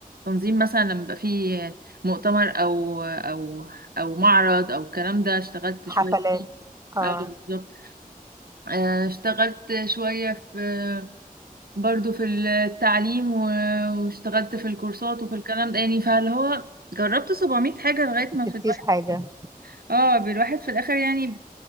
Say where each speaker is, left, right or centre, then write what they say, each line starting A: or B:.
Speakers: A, on the right; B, on the right.
A: تنظيم مثلا لما يبقى فيه مؤتمر او او او معرض او الكلام ده اشتغلت شويه
B: حفلات
A: فيه
B: اه
A: اه بالظبط آه، اشتغلت شويه في برضو في التعليم و- واشتغلت في الكورسات وفي الكلام ده يعني فاللي هو جربت 700 حاجة لغاية
B: ما
A: ما
B: سبتيش
A: في الواحد
B: حاجه
A: اه بالواحد في الآخر يعني